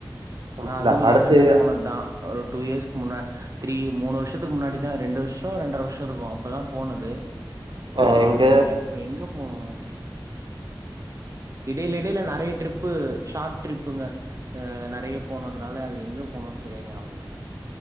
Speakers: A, on the right (about 40°); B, on the right (about 85°).
A: ஆஹ்
B: இல்ல
A: அதுவும்
B: அடுத்து
A: ரீசன்டா போனதுதான் ஒரு டூ இயர்ஸ்கு முன்னா திரீ மூணு வருஷத்துக்கு முன்னாடிதான் ரெண்டு வருஷம் ரெண்டர வருஷம் இருக்கும் அப்பதான் போனது
B: அ எங்க
A: ஆனா எப்ப எங்க போனும் இடையில இடையில நெறயா ட்ரிப்பு ஷார்ட் ட்ரிப்புங்க ஆஹ் நெறயா போனம் அதால அது எங்க போனும்னு சரியா ஞாபக இல்ல